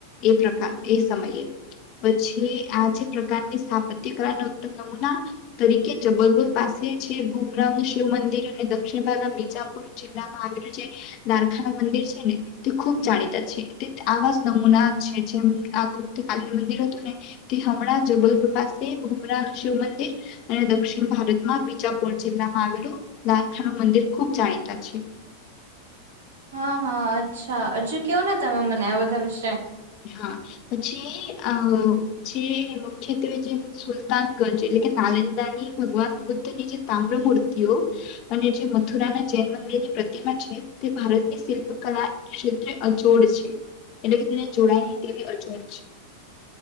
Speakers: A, on the left; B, on the right.
A: એ પ્રકાર એ સમયે. પછી આ જે પ્રકારની સ્થાપત્ય કાળના ઉત્તમ નમૂના તરીકે જબલપુર પાસે જે ભુમરાવ શિવ મંદિર અને દક્ષિણ ભાગના બીજાપુર જિલ્લામાં આવેલું જે દ્વારખાનું મંદિર છે ને તે ખૂબ જાણીતા છે તે આવા જ નમૂના છે જેમ આ ગુપ્તકાલી મંદિર. તે હમણાં જબલપુર પાસે ભુમરાવનું શિવ મંદિર અને દક્ષિણ ભારતમાં બીજાપુર જિલ્લામાં આવેલું દ્વારખાનું મંદિર ખુબ જાણીતા છે.
B: હા હા અચ્છા હજુ કેયો ને તમે મને આ બધા વિશે.
A: હા પછી આ જે મુખ્યત્વે જે સુલતાનગંજ એટલે કે નાલંદાની ભગવાન બુદ્ધની જે તામ્ર મૂર્તિઓ અને જે મથુરાના જૈન મંદિરની પ્રતિમા છે તે ભારતની શિલ્પકલા ક્ષેત્રે અચોડ છે એટલે કે તેને. જોડાય નહી તેવી અચોડ છે.